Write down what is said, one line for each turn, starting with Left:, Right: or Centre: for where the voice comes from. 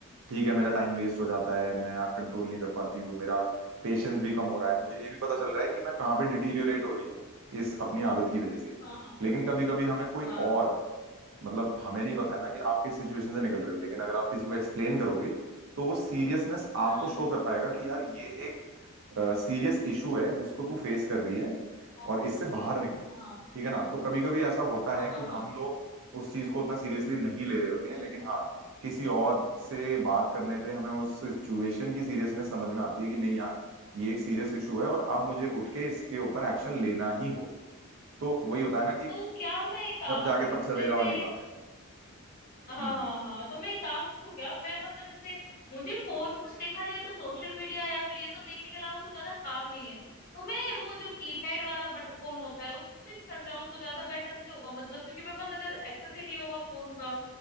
Right: ठीक है मेरा टाइम वेस्ट हो जाता है मैं यार कंट्रोल नहीं कर पाती हूँ मेरा पेशेंस भी कम हो रहा है मुझे ये भी पता चल रहा है कि मैं कहाँ पे डिटीरियोरेट हो रही हूँ इस अपनी आदत की वजह से
Left: हाँ
Right: लेकिन कभी कभी हमें कोई
Left: हाँ
Right: और मतलब हमें नहीं पता है ना कि आप किस सिचुएशन से निकल रहे हो लेकिन अगर आप किसी को एक्सप्लेन करोगे तो वो सीरियसनेस आपको
Left: हम्म
Right: शो कर पाएगा कि यार ये एक सीरियस इशू है जिसको तू फेस कर रही है
Left: हाँ
Right: और इससे बाहर निकल
Left: हाँ
Right: ठीक है ना तो कभी कभी ऐसा होता
Left: हाँ
Right: है
Left: हाँ
Right: कि
Left: हाँ
Right: हम लोग उस चीज को उतना सीरियसली नहीं ले रहे होते हैं लेकिन हाँ किसी और से बात करने पे हमें उस सिचुएशन की सीरियसनेस समझ में आती है कि नहीं यार ये एक सीरियस इशू है और अब मुझे उठ के इसके ऊपर एक्शन लेना ही होगा तो वही होता है ना कि
Left: तो क्या मैं एक काम
Right: जब जागे
Left: करूं
Right: तब सवेरा
Left: जैसे
Right: वाली बात है
Left: हाँ
Right: हम्म
Left: हाँ हाँ तो मैं एक काम करूँ क्या मैं मतलब जैसे मुझे फोन में कुछ देखा जाए तो सोशल मीडिया या फिर ये सब देखने के अलावा कुछ ज्यादा काम नहीं है तो मैं वो जो कीपैड वाला बट फोन होता है उसको स्विच कर जाऊँ तो ज्यादा बेटर नहीं होगा मतलब क्योंकि मेरे पास अगर एक्सेस ही नहीं होगा फोन का